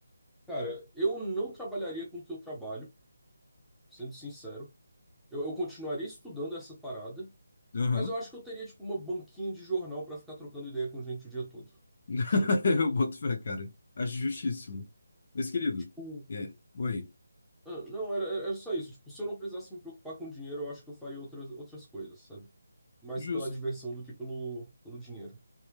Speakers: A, in the centre; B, on the left.
A: Cara, eu não trabalharia com o que eu trabalho, sendo sincero. Eu, eu continuaria estudando essa parada,
B: Aham.
A: mas eu acho que eu teria, tipo, uma banquinha de jornal pra ficar trocando ideia com gente o dia todo,
B: <laughs>
A: sabe?
B: Eu boto fé, cara. Acho justíssimo. Mas, querido,
A: Tipo,
B: é, oi,
A: ah, não, era, era só isso. Tipo, se eu não precisasse me preocupar com dinheiro, eu acho que eu faria outras, outras coisas, sabe? Mais
B: justo,
A: pela diversão do que pelo, pelo dinheiro.